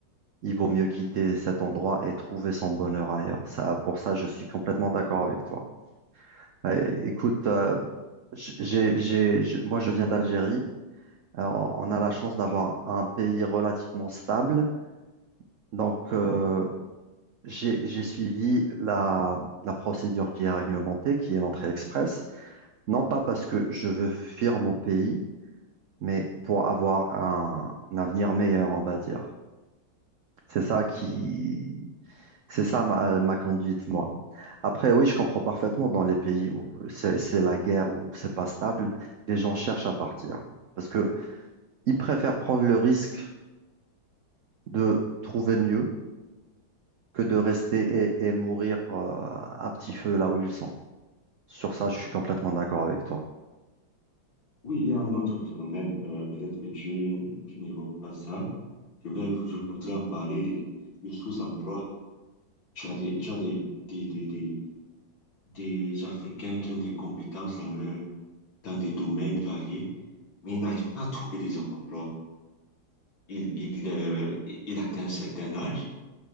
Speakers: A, on the right; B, on the left.
A: Il vaut mieux quitter cet endroit et trouver son bonheur ailleurs. Ça, pour ça, je suis complètement d'accord avec toi. Euh, Écoute, euh, j- j'ai, j'ai, je- moi je viens d'Algérie. Euh, on a la chance d'avoir
B: Oui.
A: un pays relativement stable. Donc, euh, j'ai, j'ai suivi la, la procédure qui est réglementée, qui est l'entrée express. Non pas parce que je veux fuir mon pays, mais pour avoir un, un avenir meilleur, on va dire. C'est ça qui, C'est ça ma, ma conduite, moi. Après, oui, je comprends parfaitement dans les pays où c'est c'est la guerre, où c'est pas stable, les gens cherchent à partir. Parce que ils préfèrent prendre le risque de trouver mieux que de rester et, et mourir euh, à petit feu là où ils sont. Sur ça, je suis complètement d'accord avec toi.
B: Oui, il y a un autre phénomène, euh, peut-être que tu, tu n'évoques pas ça. Je vais aujourd'hui en parler, les- le sous-emploi. Tu as des, tu as des, des, des, des, des Africains qui ont des compétences dans leur, dans des domaines variés, mais ils n'arrivent pas à trouver des emplois. Ils, ils, euh, ils atteignent un certain âge,